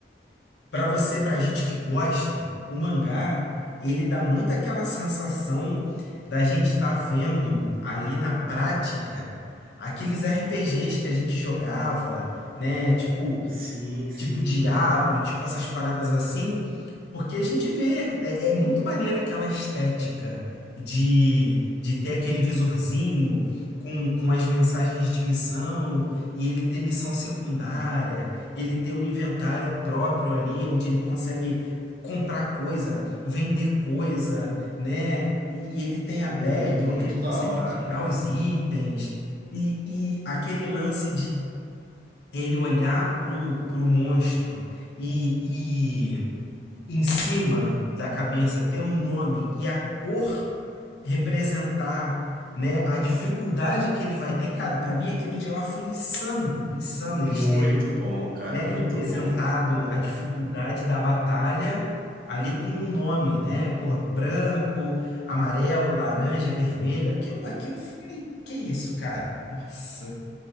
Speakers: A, on the left; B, on the right.
A: Para você, pra gente que gosta, o mangá, ele dá muito aquela sensação da gente estar vendo ali na prática aqueles RPGs que a gente jogava, né? Tipo
B: Sim, sim.
A: tipo Diablo, tipo essas paradas assim, porque a gente vê, é, é muito maneira aquela estética de, de ter aquele visorzinho com, com as mensagens de missão, e ele ter missão secundária, ele ter um inventário próprio ali, onde ele consegue comprar coisa, vender coisa, né? E, e ele tem a
B: Muito,
A: bag, onde
B: muito
A: ele consegue
B: da hora,
A: tirar
B: cara.
A: os itens, e, e aquele lance ele olhar pro, pro monstro e, e em cima da cabeça ter um nome e a cor representar, né, a dificuldade que ele vai ter. Cara, para mim aquilo de lá foi insano, insano
B: Muito
A: eles terem,
B: bom, cara,
A: né,
B: muito
A: representado
B: bom.
A: a dificuldade da batalha ali com um nome, né? Porra, branco, amarelo, laranja, vermelho. Aquilo, aquilo foi, que isso, cara? Nossa.